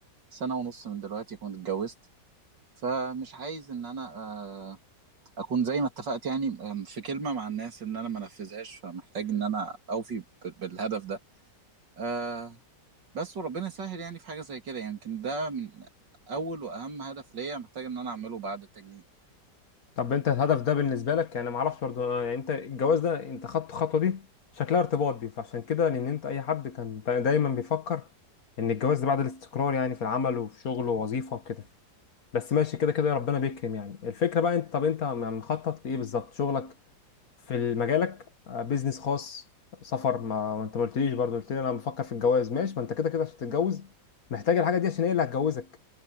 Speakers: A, on the right (about 85°); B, on the left (about 55°).
A: سنه ونص من دلوقتي اكون اتجوزت فمش عايز ان انا آه، اكون زي ما اتفقت يعني آم، في كلمه مع الناس ان انا ما انفذهاش فمحتاج ان انا اوفي ب- بالهدف ده آه، بس وربنا يسهل يعني في حاجة زي كده يمكن ده من أول وأهم هدف ليا محتاج إن أنا أعمله بعد التجنيد
B: طب انت الهدف ده بالنسبة لك يعني ما اعرفش برضو اه، يعني انت الجواز ده انت خدت الخطوة دي شكلها ارتباط دي فعشان كده لان انت اي حد كان دا- دايما بيفكر ان الجواز ده بعد الاستقرار يعني في العمل وفي شغل ووظيفة وكده بس ماشي كده كده ربنا بيكرم يعني الفكرة بقى انت طب انت م- مخطط لإيه بالظبط شغلك في مجالك آه، بيزنس خاص سفر ما ما انت ما قلتليش برضه قلت لي انا بفكر في الجواز ماشي ما انت كده كده عشان تتجوز محتاج الحاجة دي عشان هي اللي هتجوزك